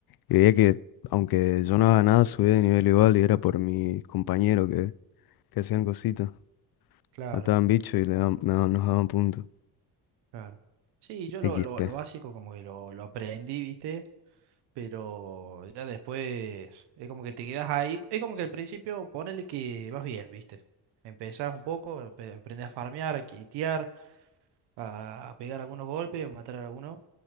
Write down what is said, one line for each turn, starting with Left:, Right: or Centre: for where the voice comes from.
Left: y veía que aunque yo no haga nada subía de nivel igual y era por mis compañeros que, que hacían cositas,
Right: Claro,
Left: mataban bichos y le daban- me nos daban puntos.
Right: claro. Sí, yo
Left: XP.
Right: lo, lo, lo básico como que lo, lo aprendí, ¿viste? Pero ya después es como que te quedas ahí, es como que al principio ponele que vas bien, ¿viste? Empezás un poco, empe- aprendés a farmear, a kitear, a a pegar algunos golpes, a matar a algunos,